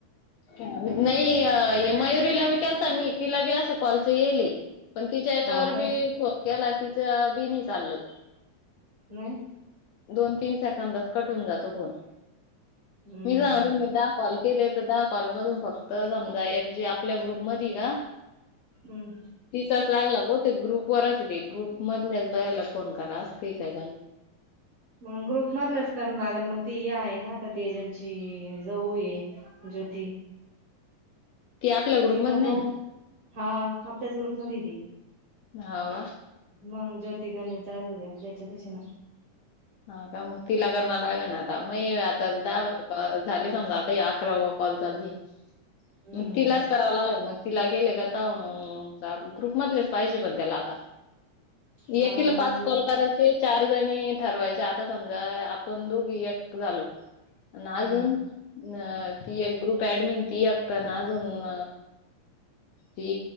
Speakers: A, on the left; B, on the right.
A: क नई अ ये मयुरीला बी केल्ता मी तिला बी असं कॉलच येयले. पण तिच्या याच्यावर
B: हाव का?
A: बी फोन केला, तिचं बी नी चाललं.
B: <unintelligible>
A: दोन, तीन सेकंदात कट होउन जातो फोन,
B: हम्म
A: मी सांग कॉल केले तर, दहा कॉल मधून फक्त समजा एक जे आपल्या ग्रुप मध्ये आहे का.
B: हम.
A: तीचाच लागला बहुतेक ते ग्रुप वरच ते ग्रुप मधल्याच बाई ला फोन करा अस काही काय
B: मग ग्रुप मधलंच कर लागेल मग ती आहे ना आता त्याच्यालची जाऊ ये. जोती.
A: आपल्या ग्रुप
B: ती <inaudible>
A: मध्ये नाही
B: हा आपल्याच ग्रुप मधे आहे ती.
A: हो का.
B: मग ज्योती गणेश जाधव हो दे आपल्या याच्या
A: हा का, मग तिला करणार लागेल ना, आता मग आता दाव झाले समजा, आता ह अकरा व कॉल चाललय,
B: हम्म
A: मग तिलाच. कराव लागल मग तिला केले का, आता मग ग्रुप मधलेच पाहिजे पण त्याला आता.
B: हा
A: एकीला
B: ना
A: पाच
B: मग
A: कॉल
B: मी
A: करायचे. चार जणी ठरवायचे, आता समजा आपण दोघी एक झालो. आणि
B: हम्म
A: अजून. अ ती एक ग्रुप ऍडमिन ती एक्क ना अजून ति